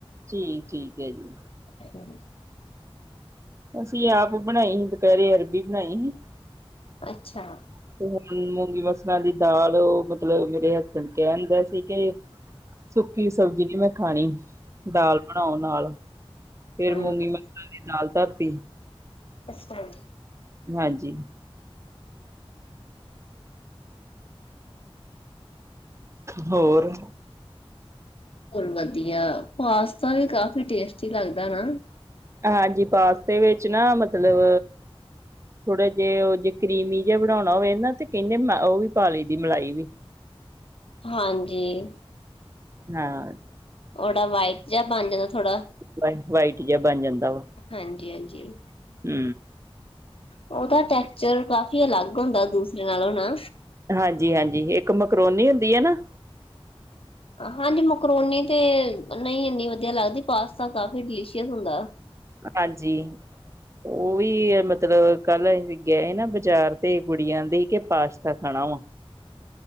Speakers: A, on the right; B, on the left.
A: ਠੀਕ-ਠੀਕ ਐ ਜੀ।
B: ਅੱਛਾ ਜੀ।
A: ਅਸੀਂ ਆਪ ਬਣਾਈ ਸੀ, ਦੁਪਹਿਰੇ ਅਰਬੀ ਬਣਾਈ ਸੀ।
B: ਅੱਛਾ।
A: ਤੇ ਹੁਣ ਮੂੰਗੀ ਮਸਲਾਂ ਦੀ ਦਾਲ ਮਤਲਬ ਮੇਰੇ ਹਸਬੈਂਡ ਕਹਿਨ ਦੇ ਸੀ ਕੇ। ਸੁੱਕੀ ਸਬਜ਼ੀ ਨੀ ਮੈਂ ਖਾਣੀ, ਦਾਲ ਬਣਾਓ ਨਾਲ ਫੇਰ
B: ਹਮ
A: ਮੂੰਗੀ ਮ ਸਰਾਂ ਦੀ ਦਾਲ ਧਰਤੀ।
B: ਅਸੀਂ ਤੇ ਆਏ ਨੀ।
A: ਹਾਂਜੀ। ਹੋਰ?
B: ਹੋਰ ਵਧੀਆ ਪਾਸਤਾ ਵੀ ਕਾਫੀ ਟੇਸਟੀ ਲੱਗਦਾ ਨਾ।
A: ਹਾਂਜੀ, ਪਾਸਤੇ ਵਿੱਚ ਨਾ ਮਤਲਬ ਥੋੜਾ ਜਿਹੇ ਉਹ ਜੇ ਕਰੀਮੀ ਜਿਹਾ ਬਣਾਉਣਾ ਹੋਵੇ ਨਾ 'ਤੇ ਕਹਿੰਦੇ ਉਹ ਵੀ ਪਾ ਲਈ ਦੀ ਮਲਾਈ ਵੀ।
B: ਹਾਂਜੀ,
A: ਹਾਂ
B: ਉਨਾਂ ਵਾਈਟ ਜਾਂ ਬੰਜ ਜਾਂਦਾ ਥੋੜਾ।
A: ਵਾਈਟ-ਵਾਇਟ ਜਿਹਾ ਬਣ ਜਾਂਦਾ ਵਾ।
B: ਹਾਂਜੀ-ਹਾਂਜੀ।
A: ਹੂੰ।
B: ਉਹ ਦਾ ਟੈਕਸਚਰ ਕਾਫੀ ਅਲੱਗ ਹੁੰਦਾ ਦੂਸਰੇ ਨਾਲੋਂ ਹੈ।
A: ਹਾਂਜੀ-ਹਾਂਜੀ ਇੱਕ ਮੈਕਰੋਨੀ ਹੁੰਦੀ ਹੈ ਨਾ।
B: ਹਾਂਜੀ, ਮਕਰੋਨੀ ਤੇ ਨਹੀਂ ਇੰਨੀ ਵਧੀਆ ਲੱਗਦੀ ਪਾਸਤਾ ਕਾਫ਼ੀ ਡਿਲੀਸ਼ੀਅਸ ਹੁੰਦਾ।
A: ਹਾਂਜੀ। ਉਹ ਵੀ ਏ ਮਤਲਬ ਕੱਲ ਅਸੀਂ ਗਏ ਨਾ ਬਾਜ਼ਾਰ 'ਤੇ ਕੁੜੀਆਂ ਆਂਦੀ ਕੇ ਪਾਸ਼ਤਾ ਖਾਣਾ ਵਾ।
B: <inaudible>